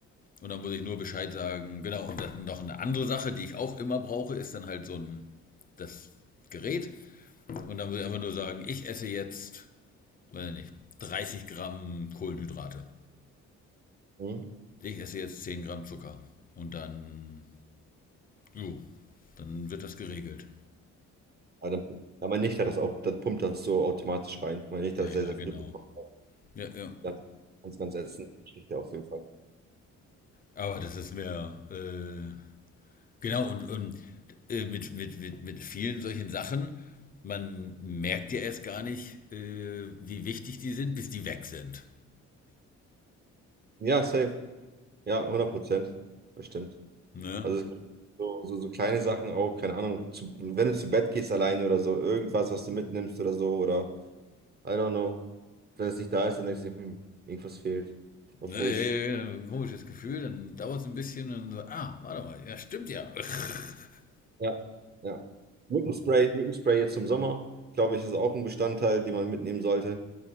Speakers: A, on the left; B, on the right.
A: Und dann muss ich nur Bescheid sagen. Genau, und dann noch eine andere Sache, die ich auch immer brauche, ist dann halt so ein das Gerät. Und dann muss ich einfach nur sagen, ich esse jetzt, weiß nicht, 30 Gramm Kohlenhydrate.
B: Hm?
A: Ich esse jetzt 10 Gramm Zucker. Und dann, jo, dann wird das geregelt.
B: Ah, dann, ja, meine Nichte hat das auch, dann pumpt das so automatisch rein. Meine Nichte
A: Ja,
B: hat
A: ja,
B: das sehr, sehr
A: genau.
B: früh bekommen.
A: Ja, ja.
B: Ganz, ganz, ganz ätzende Geschichte auf jeden Fall.
A: Aber das ist mehr, äh, genau, und, und äh, mit, mit, mit, mit vielen solchen Sachen, man merkt ja erst gar nicht, äh, wie wichtig die sind, bis die weg sind.
B: Ja, safe. Ja, hundert Prozent. Bestimmt.
A: Ne?
B: Also es gibt so, so, so kleine Sachen auch, keine Ahnung, zu, wenn du zu Bett gehst alleine oder so, irgendwas, was du mitnimmst oder so, oder I don't know. Wenn es nicht da ist, dann denkst du, dir, hm, irgendwas fehlt. Obwohl
A: Ne, ja,
B: es,
A: ja, ja, ein komisches Gefühl, dann dauert es ein bisschen und so, ah, warte mal, ja, stimmt ja. <laughs>
B: ja, ja. Mückenspray, Mückenspray jetzt im Sommer, glaube ich, ist auch ein Bestandteil, den man mitnehmen sollte,